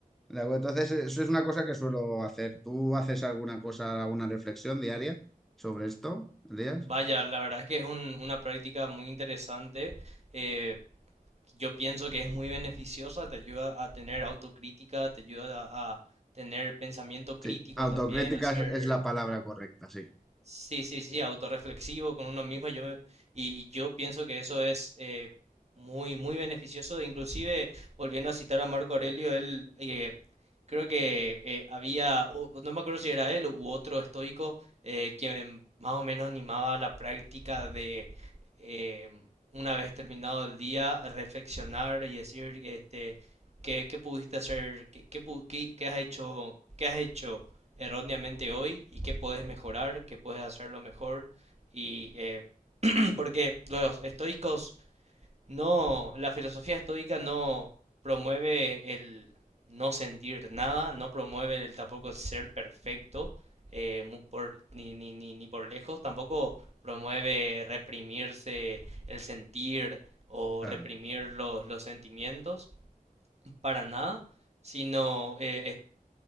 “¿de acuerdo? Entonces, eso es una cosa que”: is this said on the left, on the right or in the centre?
Centre